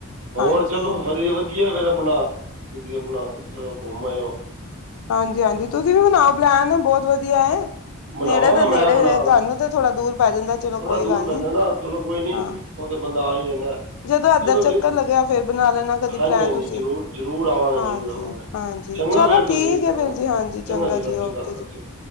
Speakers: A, on the right; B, on the left.
A: ਹੋਰ
B: ਹਾਂਜੀ
A: ਚਲੋ ਫੇਰ ਵਧੀਆ ਫੇਰ ਆਪਣਾ। ਤੁਸੀਂ ਆਪਣਾ ਚਲੋ ਕੁੰਮ ਆਏ ਹੋ।
B: ਹਾਂਜੀ-ਹਾਂਜੀ, ਤੁਸੀਂ ਵੀ ਬਣਾਓ ਪਲੈਨ ਬਹੁਤ ਵਧੀਆ ਐ।
A: ਬਣਾਵਾਂਗਾ
B: ਨੇੜੇ ਦਾ ਨੇੜੇ
A: ਮੈਂ ਬਣਾ
B: ਵੇ ਤੁਹਾਨੂੰ ਤਾਂ ਥੋੜਾ ਦੂਰ ਪੈ ਜਾਂਦਾ ਚਲੋ
A: ਥੋੜ੍ਹਾ
B: ਕੋਈ
A: ਦੂਰ
B: ਗੱਲ
A: ਪੈਂਦਾ
B: ਨੀ,
A: ਨਾ ਚਲੋ ਕੋਈ ਨਹੀਂ
B: ਹਾਂ।
A: ਉਹ ਤੇ ਬੰਦਾ ਆ ਈ ਜਾਂਦਾ।
B: ਜਦੋਂ ਏਧਰ
A: ਚਲੋ
B: ਚੱਕਰ
A: ਫਿਰ
B: ਲੱਗਿਆ ਫੇਰ ਬਣਾ ਲੈਣਾ ਕਦੀ
A: ਹਾਂਜੀ
B: ਪਲੈਨ
A: ਹਾਂਜੀ
B: ਤੁਸੀਂ,
A: ਜ਼ਰੂਰ ਜ਼ਰੂਰ ਆਵਾਂਗੇ
B: ਹਾਂਜੀ।
A: ਜ਼ਰੂਰ ਆਵਾਂਗੇ
B: ਹਾਂਜੀ,
A: ਚੰਗਾ
B: ਚਲੋ
A: ਫਿਰ
B: ਠੀਕ
A: ਤੁਸੀਂ
B: ਐ
A: ਹਾਂ
B: ਫੇਰ ਜੀ, ਹਾਂਜੀ, ਚੰਗਾ
A: ਸਤਿ
B: ਜੀ,
A: ਸ਼੍ਰੀ
B: ਓਕੇ
A: ਅਕਾਲ ਸਤਿ ਸ਼੍ਰੀ
B: ਜੀ।
A: ਅਕਾਲ